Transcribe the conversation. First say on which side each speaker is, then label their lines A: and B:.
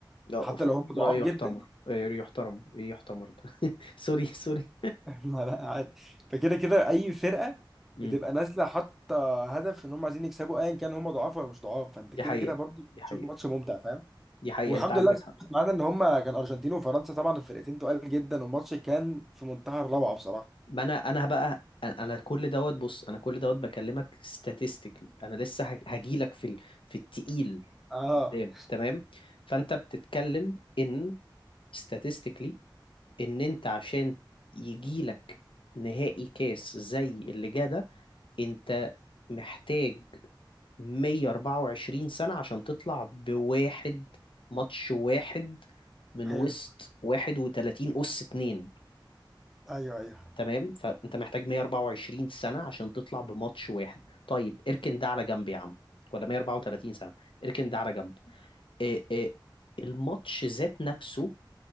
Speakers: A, on the left; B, in the centre.
A: لا
B: حتى
A: ف-
B: لو هم ضعاف
A: رأي يحتمر
B: جدا <laughs>
A: آه، يحترم ايه يحتمر ده <laughs> سوري سوري
B: لا لا عادي فكده كده اي فرقه
A: امم
B: بتبقى نازله حاطه هدف ان هم عايزين يكسبوا ايا كان هم ضعاف ولا مش ضعاف فانت
A: دي
B: كده
A: حقيقة
B: كده برضه
A: دي حقيقة
B: تشوف ماتش ممتع فاهم
A: دي حقيقة
B: والحمد
A: انت عندك
B: لله سمعت
A: حق
B: معانا ان هم كان ارجنتين وفرنسا طبعا الفرقتين تقال جدا والماتش كان في منتهى الروعه بصراحه
A: ما انا انا بقى انا أنا كل دوت بص انا كل دوت بكلمك statistically انا لسه هج- هجيلك في ال... في التقيل
B: اه
A: قدام تمام فانت بتتكلم ان statistically ان انت عشان يجيلك نهائي كاس زي اللي جه ده انت محتاج 124 سنة عشان تطلع بواحد ماتش واحد من
B: حلو
A: وسط 31 أس اتنين
B: ايوه ايوه
A: تمام فأنت محتاج 124 سنة عشان تطلع بماتش واحد طيب اركن ده على جنب يا عم ولا 134 سنة اركن ده على جنب إيه إيه الماتش ذات نفسه